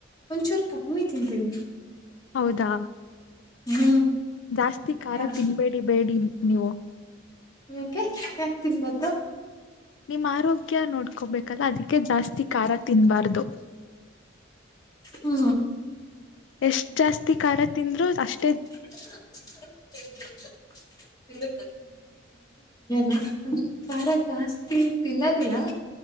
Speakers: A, on the left (about 20°); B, on the left (about 70°).
A: ಒಂಚೂರು ಕಮ್ಮಿ ತಿಂತೀವಿ
B: ಹೌದಾ
A: ಹ್ಮ್
B: ಜಾಸ್ತಿ ಖಾರ
A: ಯಾ
B: ತಿನ್ಬೇಡಿ ಬೇಡಿ ನೀವು
A: ಹೆ ಯಾಕ್ ತಿನ್ಬರ್ದು
B: ನಿಮ್ಮ್ ಆರೋಗ್ಯ ನೋಡ್ಕೋಬೇಕಲ್ಲ ಅದಕ್ಕೆ ಜಾಸ್ತಿ ಖಾರ ತಿನ್ಬಾರ್ದು
A: ಹ್ಮ
B: ಎಷ್ಟ್ ಜಾಸ್ತಿ ಖಾರ ತಿಂದ್ರು ಅಷ್ಟ
A: <unintelligible> ಇಲ್ಲ ನಮ ಾರ ಜಾಸ್ತಿ ತಿನ್ನೋದಿಲ್ಲ